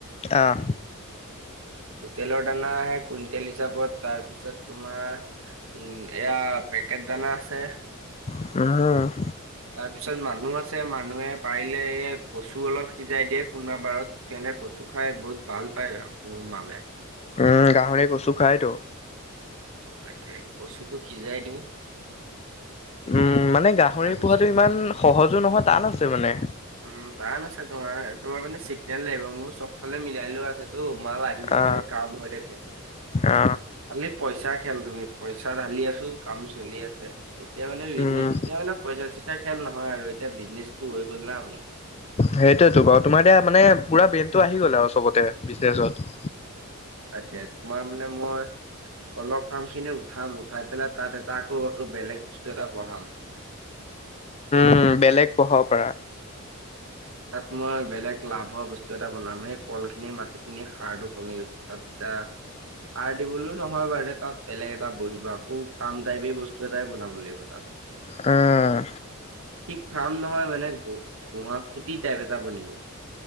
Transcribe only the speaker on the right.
হোটেলৰ দানা আহে কুইণ্টেল হিচাপত। তাৰপিছত তোমাৰ এইয়া পেকেট দানা আছে।
তাৰপিছত মানুহ আছে। মানুহে পাৰিলে এই কচু অলপ সিজাই দিয়ে কোনোবা বাৰত। কেনে কচু খাই বহুত ভাল পায়। মোৰ মানে
তাকে, কচুটো সিজাই দিওঁ।
তাৰপিছত
উম, ' টান আছে। তোমাৰ, তোমাৰ মানে চিগনেল লাগিব। মোৰ চবফালে মিলাই লোৱা আছে। তো, মাল আহি থাকে।
কাম হৈ থাকে।
খালি পইচাৰ খেল। তুমি, পইচা ঢালি আছোঁ কাম চলি আছে। এতিয়া মানে বিজনেছ,
এতিয়া মানে পইচা-চইচা খেল নহয় আৰু। এতিয়া বিজনেচটো হৈ গ'ল না মোৰ।
তাকে, তোমাৰ মানে মই অলপ ফাৰ্ম খিনি উঠাম, উঠাই পেলাই তাত এটা আকৌ' আকৌ বেলেগ বস্তু এটা বহাম।
তাত মই বেলেগ লাভ হোৱা বস্তু এটা বনাম। এই কলখিনি মাটিখিনি সাৰটো কমি গৈছে। তাত এটা সাৰ দিবলৈও নহয় বাৰু তাত বেলেগ এটা বহিব। আকৌ ফাৰ্ম টাইপে বস্তু এটাই বনাব লাগিব তাত।
ঠিক ফাৰ্ম নহয় মানে গোহা, খুটি টাইপ এটা বনিব।